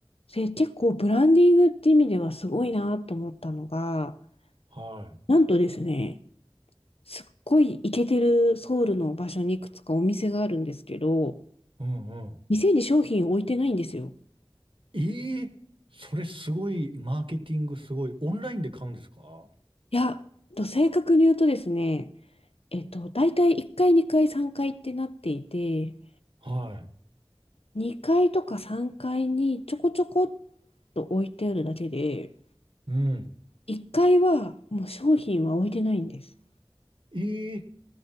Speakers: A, on the left; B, on the right.
A: で、結構ブランディングって意味ではすごいなと思ったのが、
B: は
A: なんとですね、すっごいイケてるソウルの場所にいくつかお店があるんですけど、
B: い。うん
A: 店に商品置いてないんですよ。
B: ええそれすごい、マーケティングすごい。オンラインで買うんですか
A: いや、と正確に言うとですね、えっと、大体1階、2階、3階ってなっていて、
B: は
A: 2階とか3階にちょこちょこっと置いてあるだけで、
B: い。うん。
A: 1階はもう商品は置いてないんです。
B: ええ